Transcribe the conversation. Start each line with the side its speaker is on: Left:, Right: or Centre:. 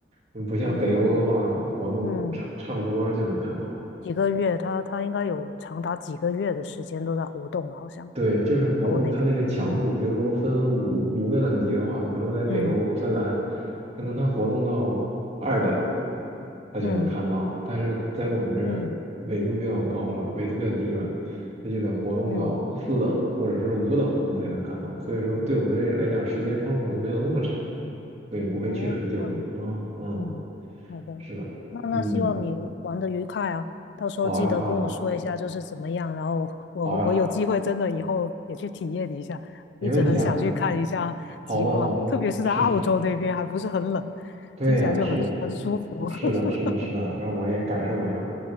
Right: 嗯不像北欧的话，
Left: 哦，
Right: 活动差差不多就能看到。
Left: 嗯，几个月，他他应该有长达几个月的时间都在活动吧，好像
Right: 对，就是活动看那个强度，
Left: 北欧那边。嗯
Right: 比如说分五五个等级的话，可能在北欧芬兰，
Left: 嗯
Right: 可能它活动到二等，它就能看到了。
Left: 嗯
Right: 但是在我们这儿纬度比较高了，
Left: 嗯
Right: 纬度比较低了，它就得活动到四等或者是五等，
Left: 嗯
Right: 我们才能看到。
Left: 嗯，
Right: 所以说，对我们这来讲，时间窗口就没有那么长，所以不会去很久。
Left: 哦，这样。
Right: 嗯嗯，
Left: 嗯，好的，
Right: 是的，
Left: 那那希望你玩的愉快啊，
Right: 嗯，
Left: 到时候记得跟我说一下就是怎么样，
Right: 好呀好呀
Left: 然后我我有机会真的以后也去体验一下，
Right: 好呀，没问题啊。
Left: 一直很想去看一下极光，
Right: 好的，好的，
Left: 特别是在澳洲那边还不是很冷，
Right: 是的，对呀，
Left: 听起来就很很舒服。
Right: 是的，是的，
Left: <laughs>
Right: 是的，是的，让我也感受一下。